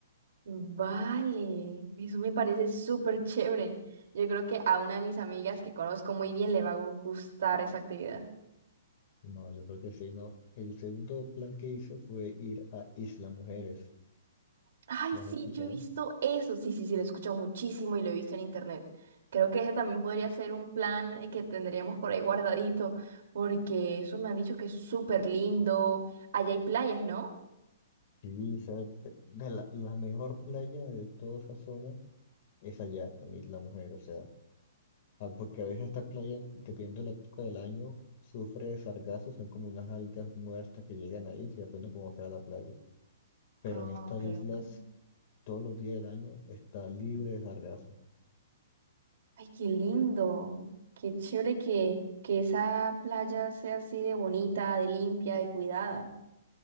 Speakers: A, on the right; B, on the left.
A: Vale, eso me parece súper chévere. Yo creo que a una de mis amigas que conozco muy bien le va a gustar esa actividad.
B: No, yo creo que sí, no. El segundo plan que hice fue ir a Isla Mujeres.
A: Ay,
B: ¿Las
A: sí,
B: has escuchado?
A: yo he visto eso. Sí, sí, sí, lo he escuchado muchísimo y lo he visto en internet. Creo que ese también podría ser un plan eh, que tendríamos por ahí guardadito, porque eso me han dicho que es súper lindo. Allá hay playas, ¿no?
B: Sí, esa es eh, de la, la mejor playa de toda esa zona es allá en Isla Mujer, o sea, ah, porque a veces estas playas, dependiendo de la época del año, sufre de sargazo, son como unas algas muertas que llegan ahí y se apenas como fea la playa. Pero
A: Ah,
B: en estas
A: ok.
B: islas,
A: ok.
B: todos los días del año está libre de sargazo.
A: Ay, qué lindo. Qué chévere que, que esa playa sea así de bonita, de limpia, de cuidada.